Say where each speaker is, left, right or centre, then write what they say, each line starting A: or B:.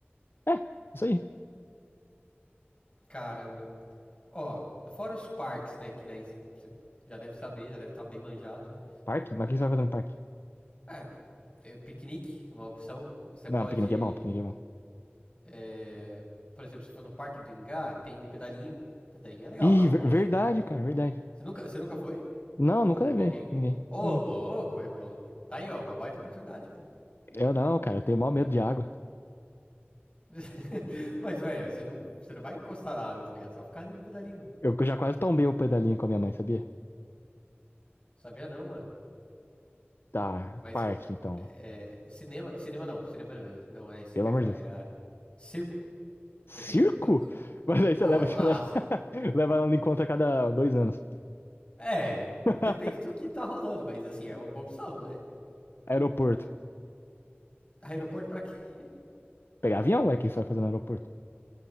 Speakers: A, on the left; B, on the left.
A: É, isso aí.
B: Caramba. Ó, fora os parques, né? Que daí você já deve saber, já deve estar bem manjado, né?
A: Parque? Mas o que você vai fazer no parque?
B: É, é, piquenique é uma opção. Você
A: Não,
B: pode,
A: piquenique é bom, piquenique é bom.
B: é, por exemplo, se for no Parque do Ingá, tem o pedalinho. Pedalinho é legal,
A: Ih,
B: romântico.
A: ver- verdade, cara, verdade.
B: Você nunca, você nunca foi
A: Não,
B: com,
A: nunca levei
B: com alguém?
A: ninguém.
B: Ô,
A: Não.
B: louco, Rebolo. Tá aí, ó, uma baita oportunidade, velho.
A: Eu não, cara, eu tenho maior medo de água.
B: <laughs> Mas, velho, você não, você não vai encostar na água, tá ligado? Só ficar ali no pedalinho, mano.
A: Eu já quase tombei o pedalinho com a minha mãe, sabia?
B: Sabia não, mano.
A: Tá,
B: Mas,
A: parque, então.
B: é, é, cinema, cinema não. Cinema não é isso
A: Pelo
B: que eu
A: amor
B: ia falar,
A: de Deus.
B: era circo.
A: Circo?
B: Dependendo de quanto circo.
A: <laughs> Mas aí
B: Pô,
A: você leva,
B: é
A: você
B: massa.
A: leva, <laughs> leva ela no encontro a cada dois anos.
B: É,
A: <laughs>
B: depende do que tá rolando, mas assim, é uma boa opção, né?
A: Aeroporto.
B: Aeroporto pra quê?
A: Pegar avião, é que você vai fazer no aeroporto.